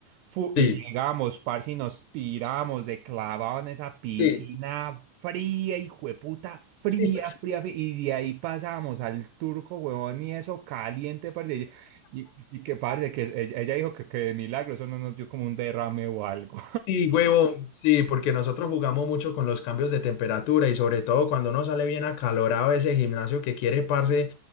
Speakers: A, on the right; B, on the left.
A: fu
B: Sí,
A: y llegamos, parce, y nos tiramos de clavado en esa piscina
B: sí.
A: fría, y puta, fría,
B: Sí, sí.
A: fría, fría, y de ahí pasamos al turco, huevón, y eso caliente, parce, y, y- y que parce, que ella, ella dijo que, que de milagro eso no nos dio como un derrame o algo.
B: Sí, huevón, sí, porque nosotros jugamos mucho con los cambios de temperatura y sobre todo cuando uno sale bien acalorado de ese gimnasio que quiere, parce,